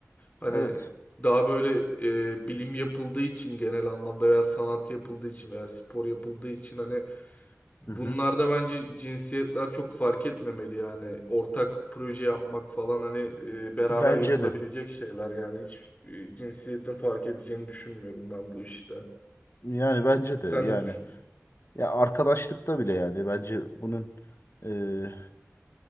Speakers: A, on the left; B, on the left.
A: Hani
B: Evet.
A: daha böyle e, bilim yapıldığı için genel anlamda veya sanat yapıldığı için veya spor yapıldığı için hani bunlarda
B: Hı hı.
A: bence cinsiyetler çok fark etmemeli yani. Ortak proje yapmak falan hani e, beraber
B: Bence
A: yapılabilecek
B: de.
A: şeyler yani. Hiç e, cinsiyetin fark edeceğini düşünmüyorum ben bu işte.
B: Yani bence
A: Sen
B: de yani
A: ne düşünüyorsun?
B: ya arkadaşlıkta bile yani bence bunun eee,